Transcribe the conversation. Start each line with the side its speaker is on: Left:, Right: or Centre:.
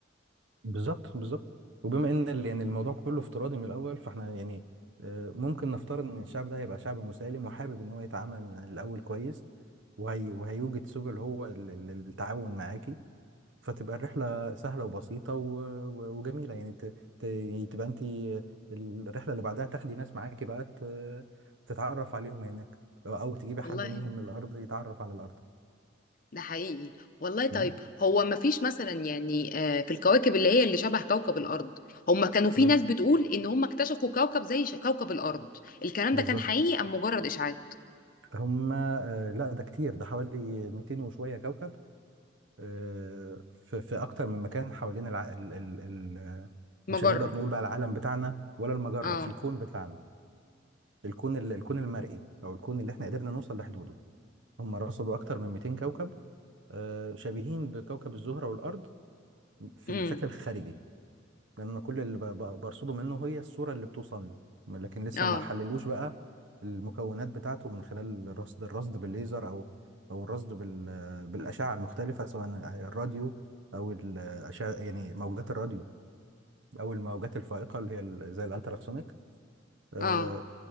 Right: بالظبط بالظبط وبما ان ال... يعني الموضوع كله افتراضي من الاول فاحنا يعني آه، ممكن نفترض ان الشعب ده هيبقى شعب مسالم وحابب ان هو يتعامل من الاول كويس وهي... وهيوجد سبل هو لل- للتعاون معاكي فتبقى الرحلة سهلة وبسيطة و... و... وجميلة يعني ت... ت... يعني تبقى انت الرحلة اللي بعدها تاخدي ناس معاكي بقى ت... تتعرف عليهم هناك او تجيبي حد
Left: والله
Right: منهم من الارض يتعرف على الارض
Left: ده حقيقي والله طيب
Right: مم.
Left: هو ما فيش مثلا يعني آه، في الكواكب اللي هي اللي شبه كوكب الأرض هم كانوا في
Right: مم.
Left: ناس بتقول إن هم اكتشفوا كوكب زي ش- كوكب الأرض الكلام
Right: بالظبط
Left: ده كان حقيقي أم مجرد إشاعات
Right: هم آه، لا ده كتير ده حوالي 200 وشوية كوكب آه، في في اكتر من مكان حوالين الع... ال... ال... ال...
Left: مجرة
Right: مش هنقدر نقول بقى العالم بتاعنا ولا المجرة
Left: اه
Right: في الكون بتاعنا الكون ال... الكون المرئي او الكون اللي احنا قدرنا نوصل لحدوده هم رصدوا أكتر من 200 كوكب آه، شبيهين بكوكب الزهرة والأرض في
Left: امم
Right: الشكل الخارجي لأن كل اللي ب- ب- برصده منه هي الصورة اللي بتوصلني لكن لسه
Left: اه
Right: ما حللوش بقى المكونات بتاعته من خلال الرصد الرصد بالليزر أو أو الرصد بال- بالأشعة المختلفة سواء الراديو أو الأشعة يعني موجات الراديو أو الموجات الفائقة اللي هي ال- زي الألتراسونيك آه،
Left: اه